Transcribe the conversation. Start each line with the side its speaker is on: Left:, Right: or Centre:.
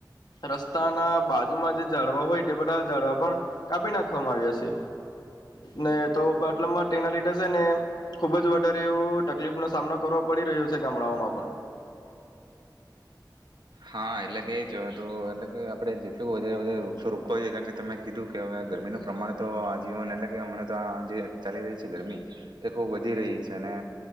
Left: રસ્તાના બાજુમાં જે ાડવા હોય તે બધા ઝડવા પણ કાપી નાખવામાં આવ્યા છે ને તોટલમાં તેના લીધર છે ને ખુબ જ વધારે એવું તકલીફનોો સામનો કરવો પડી રહ્યો છે ગામડાઓમાં પણ
Right: હા એટલે કે એ જો તો એટલે કે આપડે જી એટલ વધારે વધ વૃક્ષોપવાઈ છે કારણ કે તમે કીધું કે હવે ગરમીનું પ્રમાણ તો આજીવન એટલે કે હમણાં તો આ જે ચાલી રહી છે ગરમી તે ખૂબ વધી રહી છે અને